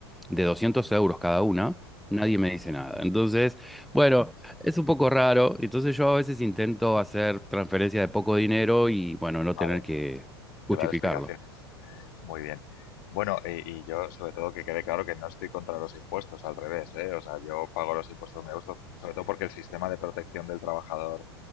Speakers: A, in the centre; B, on the left.
A: de 200 euros cada una, nadie me dice nada. Entonces, bueno, es un poco raro. Entonces yo a veces intento hacer transferencias de poco dinero y, bueno, no
B: vale.
A: tener que justificarlo.
B: Que dar explicaciones. Muy bien. Bueno, y, y yo sobre todo que quede claro que no estoy contra los impuestos, al revés, ¿eh? O sea, yo pago los impuestos donde me gusta, sobre todo porque el sistema de protección del trabajador